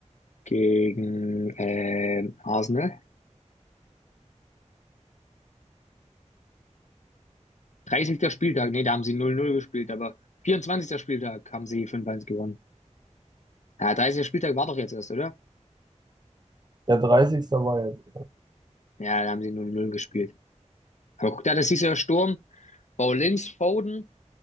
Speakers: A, on the left; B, on the right.
A: gegen ähm, Arsenal. 30. Spieltag, nee, da haben sie 0-0 gespielt, aber 24. Spieltag haben sie fünf eins gewonnen. Ja, 30. Spieltag war doch jetzt erst, oder?
B: Der 30. war jetzt.
A: Ja, da haben sie 0-0 gespielt. Aber guck da, das ist ja Sturm. Paulins, Foden,